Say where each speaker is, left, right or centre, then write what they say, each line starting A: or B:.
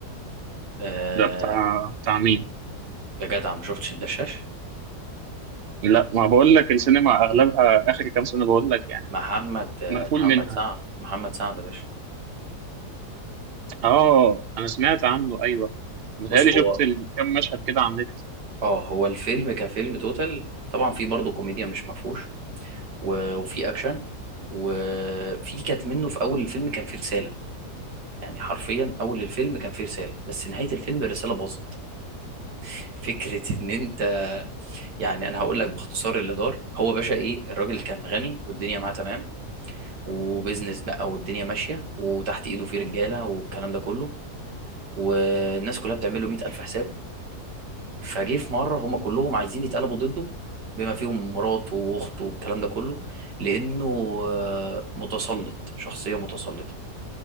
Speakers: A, on the right; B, on the right.
A: آه
B: ده بتاع بتاع مين
A: يا جدع ما شفتش الدشاش
B: لا ما بقول لك السينما اغلبها اخر كام سنة بقول لك يعني
A: محمد آه
B: مقفول
A: محمد
B: منها
A: سعد محمد سعد يا باشا
B: اه انا سمعت عنه ايوه متهيألي
A: بص
B: شفت
A: هو
B: ال- كام مشهد كده على النت
A: اه هو الفيلم كفيلم توتال طبعا في برضو كوميديا مش مفهوش و- وفي اكشن وفي كانت منه في اول الفيلم كان فيه رسالة يعني حرفيا اول الفيلم كان فيه رسالة بس نهاية الفيلم الرسالة باظت <laughs> فكرة ان انت يعني انا هقول لك باختصار اللي دار هو باشا ايه الراجل كان غني والدنيا معاه تمام وبيزنس بقى والدنيا ماشيه وتحت ايده في رجاله والكلام ده كله والناس كلها بتعمل له 100000 حساب فجه في مره هم كلهم عايزين يتقلبوا ضده بما فيهم مراته واخته والكلام ده كله لانه آه، متسلط شخصيه متسلطه